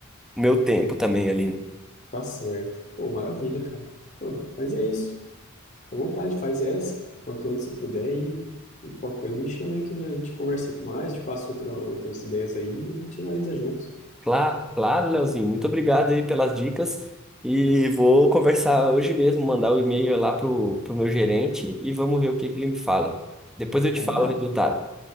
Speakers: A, in the centre; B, on the left.
A: o meu tempo também ali, né?
B: tá certo. Pô, maravilha, cara. Pô, mas é isso. À vontade, faz essa, quanto antes você puder e, e qualquer coisa me chama aí que a gente conversa mais, te passo outra, outras ideias aí e a gente analisa juntos.
A: Claro, claro, Leozinho. Muito obrigado aí pelas dicas. E vou conversar hoje mesmo, mandar o e-mail lá pro, pro meu gerente e vamos ver o que que ele me fala. Depois eu
B: Combinado.
A: te falo o resultado.